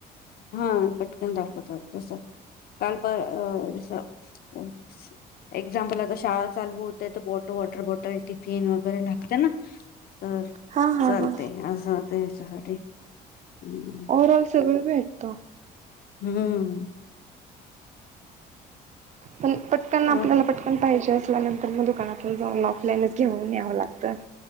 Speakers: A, on the left; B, on the right.
A: हा पटकन दाखवतात तसत काल प जस एक्झामपल, आता शाळा चालू होतायत तर बॉटल वॉटर बॉटल टिफिन वगैरे लागतयना. तर
B: हा हा
A: चालते
B: हा.
A: असं होतं याच्यासाठी, हम्.
B: ओव्हरऑल सगळं भेटतं.
A: हम्म.
B: पण पटकन आपल्याला
A: हा
B: पटकन पाहिजे अस ला नंतर म दुकानातल जाऊन ऑफलाईनच घेऊन यावं लागत.